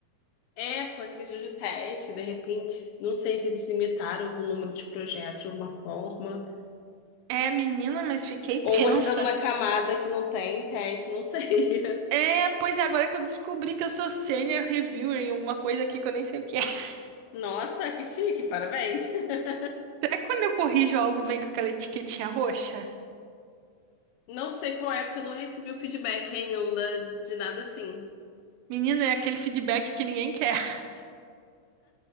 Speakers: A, on the left; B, on the right.
A: É, pode ser que seja de teste, de repente, não sei se eles limitaram algum número de projetos de alguma forma.
B: É, menina, mas fiquei <laughs> tensa.
A: Ou você tá numa camada que não tem teste, não sei. <laughs>
B: É, pois é, agora que eu descobri que eu sou senior reviewer em alguma coisa aqui que eu nem sei o que é. <laughs>
A: Nossa, que chique, parabéns. <laughs>
B: Será que quando eu corrijo algo vem com aquela etiquetinha roxa?
A: Não sei qual é, porque eu não recebi o feedback ainda de nada assim.
B: Menina, é aquele feedback que ninguém quer. <laughs>